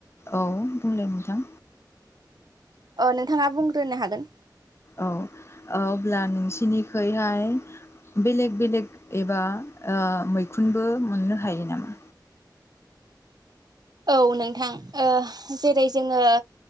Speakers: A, on the left; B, on the right.
A: औ बुंलाय नोंथां?
B: अ नोंथाङा बुंग्रोनो हागोन।
A: औ अब्ला नोंसिनिखैहाय बेलेग बेलेग एबा मैखुनबो मोननो हायो नामा?
B: औ नोंथां। ओ' जेरै जोङो